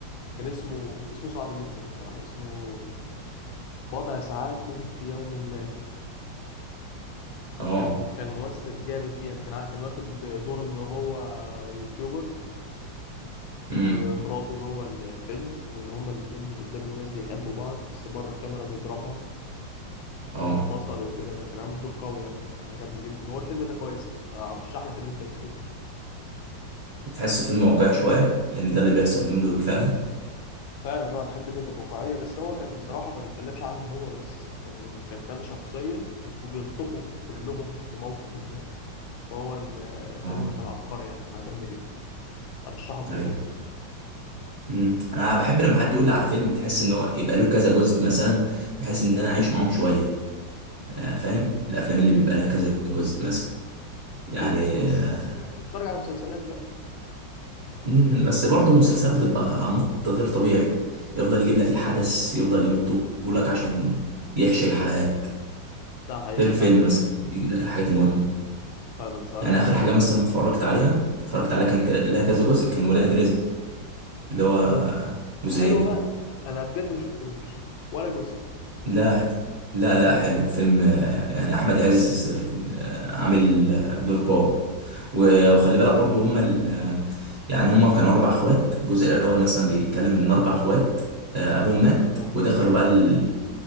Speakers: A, on the left; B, on the right.
A: كان اسمه اسمه صعب جدا بصراحة اسمه بضع ساعات في يوم ما
B: اه
A: كان كان ممثل جامد فيه يعني كان ع- كان واخد دور إن هو يوتيوبر
B: امم
A: ومراته جوه الفيلم وان هما الاتنين قدام الناس بيحبوا بعض بس بره الكاميرا بيضربها
B: اه
A: وانفصلوا وكده فكان عامل دور قوي يعني كان عجبني جدا هو الفيلم ده كويس انت ارشح لك ان انت تشوفه
B: بتحس فيلم واقعي شويه لان ده اللي بيحصل اليومين دول فعلا
A: فعلا اه الحته دي كانت واقعيه بس هو كان بصراحه ما بيتكلمش عنهم هو بس كان كان كذا شخصيه وبيلتقوا كلهم في موقف ما فهو ال- الفيلم
B: اه
A: ده كان عبقري يعني أنا عجبني جدا ارشحك
B: ايوه
A: تشوفه
B: امم انا بحب لما حد يقول لي على فيلم تحس ان هو يبقى له كذا جزء مثلا بحيث ان انا اعيش معاهم شويه آه فاهم الافلام اللي بيبقى لها كذا جزء مثلا يعني
A: ممكن بس
B: آه،
A: آه، اتفرج على مسلسلات بقى
B: امم بس برضه المسلسلات بتبقى مط غير طبيعي يفضل يجيب لك الحدث يفضل يمطه لك عشان يحشي الحلقات
A: ده حقيقي
B: غير الفيلم
A: ساعات
B: مثلا يجيب لك الحاجات المهمة
A: فعلا ساعات
B: يعني آخر
A: بيجيب
B: حاجة مثلا اتفرجت عليها اتفرجت عليها
A: ايه
B: كان ك- لها كذا جزء كان ولاد رزق اللي هو
A: ولاد
B: جزئين
A: حلوه بقى انا بجد ما شفتهمش ولا جزء
B: لا لا لا حلو فيلم آه، يعني احمد عز في ال- آه، عامل آه، دور قوي و- وخلي بالك برضو هما ال- آه، يعني هما كانوا اربع اخوات الجزء الاول مثلا بيتكلم ان اربع اخوات آه، ابوهم مات
A: اه
B: ودخلوا بقى ال...